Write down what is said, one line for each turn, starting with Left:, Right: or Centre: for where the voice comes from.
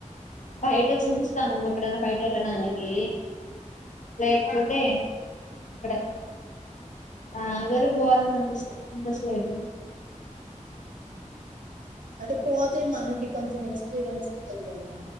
Left: బయట చూస్తాను ఎక్కడైనా బయట ఏళ్ళడానికి లేకపోతే ఇక్కడ నల్వరిక్ బొవలన్ అనిపిస్ ఇంట్రెస్ట్ లేదు
Right: అంటే పోతే మనకి కొంచెం ఎక్స్పీరియన్స్ ఉంటది గదా